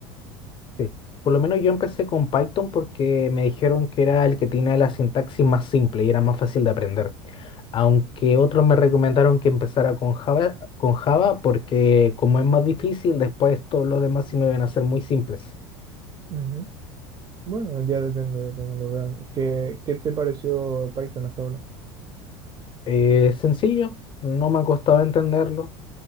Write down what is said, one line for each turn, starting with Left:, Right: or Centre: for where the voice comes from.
Left: Sí. Por lo menos yo empecé con Python porque me dijeron que era el que tenía la sintaxis más simple y era más fácil de aprender. Aunque otros me recomendaron que empezara con Java, con Java porque como es más difícil, después todos los demás sí me van a ser muy simples.
Right: Ujú. Bueno, ya depende de cómo lo veas. ¿Qué, qué te pareció Python hasta ahora?
Left: Eh, sencillo, no me ha costado entenderlo.